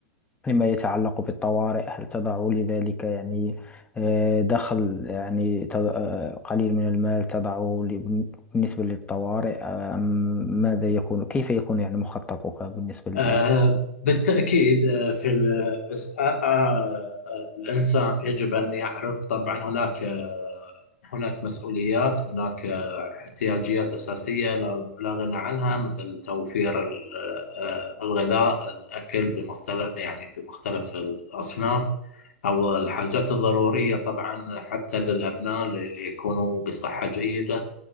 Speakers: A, on the left (about 15°); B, on the left (about 70°).
A: لما يتعلق بالطوارئ هل تضع لذلك يعني آه، دخل يعني ت- آه، قليل من المال تضعه ل- بالنسبة للطوارئ آه، أم ماذا يكون كيف يكون يعني مخططك بالنسبة ل-
B: آه، بالتأكيد آه، في ال- آه، آه، آه، الإنسان يجب أن يعرف طبعا هناك آه، هناك مسؤوليات هناك آه، احتياجيات أساسية لا لا غنى عنها مثل توفير ال- آه، الغذاء الأكل بمختلف يعني بمختلف الأصناف أو الحاجات الضرورية طبعا حتى للأبناء ليكونوا بصحة جيدة